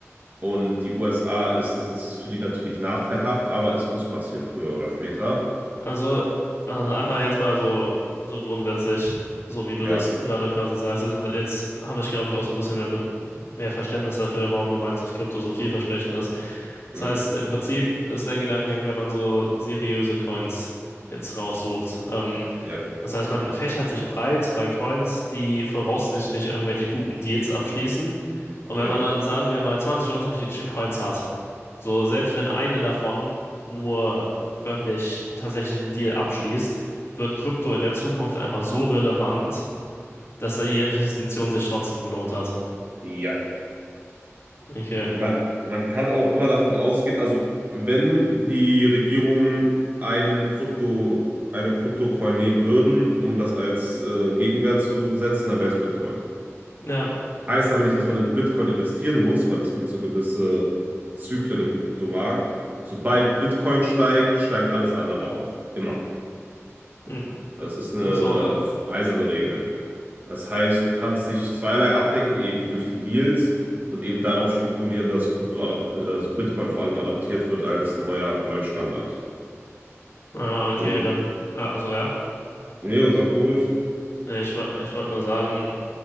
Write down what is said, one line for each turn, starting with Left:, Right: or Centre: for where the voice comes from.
Right: Und die USA ist das, das ist für die natürlich nachteilhaft, aber es muss passieren, früher oder später.
Left: Also, also einfach jetzt mal so, so grundsätzlich, so wie du
Right: Ja.
Left: das gerade quasi sagst. ist- Jetzt habe ich, glaube ich, auch so ein bisschen mehr, Be mehr Verständnis dafür, warum du meinst, dass Krypto so vielversprechend ist. Das
Right: Hm.
Left: heißt, im Prinzip ist dein Gedankengang, wenn man so seriöse Coins jetzt raussucht, ähm,
Right: Ja.
Left: Das heißt, man fächert sich breit bei Coins, die voraussichtlich irgendwelche guten Deals abschließen. Und
Right: Ja.
Left: wenn man dann, sagen wir mal, 20 unterschiedliche Coins hat, so selbst wenn eine davon nur wirklich tatsächlich den Deal abschließt, wird Krypto in der Zukunft einfach so relevant, dass da die Investition sich trotzdem gelohnt hat.
Right: Ja.
Left: Okay.
Right: Man, man kann auch immer davon ausgehen, also wenn die Regierung einen Krypto, eine Kryptocoin nehmen würden, um das als äh, Gegenwert zu setzen, dann wäre es Bitcoin.
Left: Ja.
Right: Heißt aber nicht, dass man in Bitcoin investieren muss, weil es gibt so gewisse Zyklen im Kryptomarkt. Sobald Bitcoin steigt, steigt alles andere auch. Immer.
Left: Hm.
Right: Das ist eine,
Left: Ach so.
Right: eine eiserne Regel. Das heißt, du kannst dich zweierlei abdecken, eben durch die Deals und eben darauf spekulieren, dass Krypto adapt also Bitcoin vor allem adaptiert wird als neuer Goldstandard.
Left: Ah, okay,
Right: Und
Left: dann. Ah, also ja.
Right: nee, sag du ruhig.
Left: Nee, ich, wo- ich wollte nur sagen,